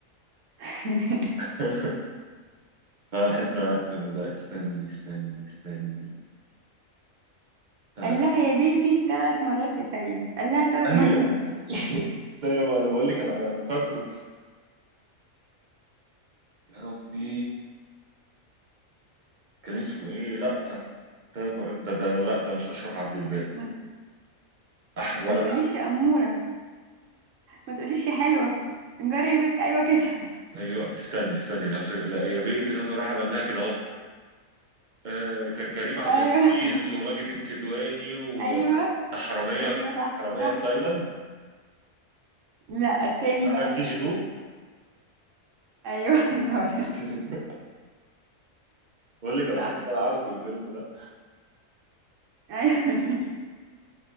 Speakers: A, on the right; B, on the right.
A: <laughs>
B: <laughs> انا حاسس ان انا عارف الفيلم ده استني استني استني ثلاث
A: قال لها يا بيبي ثلاث مرات يا سيد قال لها ثلاث
B: ايوه
A: مرات
B: استنى
A: <laughs>
B: استنى بقى انا بقول لك انا انا أنا فاكره يا ربي كان اسمه ايه لا ثلاث مرات ده ده لا ده مش اشرف عبد الباقي
A: ما
B: أح ولا
A: ما تقوليش يا أمورة ما تقوليش يا حلوة انجري يا بنت ايوه كده <laughs>
B: ايوه استني استني يا في... لا يا بيبي ثلاث مرات عمل لها كده اهو آه كان كريم عبد
A: ايوه
B: العزيز
A: <laughs>
B: وماجد الكدواني
A: ايوه
B: وحراميه
A: ايوه
B: في
A: صح
B: حراميه
A: صح
B: في تايلاند
A: لا التاني
B: حراميه
A: بقى
B: في كي جي 2
A: ايوه <laughs> بالظبط
B: كي جي 2 بقول لك انا
A: صح
B: حاسس ان انا عارفه الفيلم ده
A: ايوه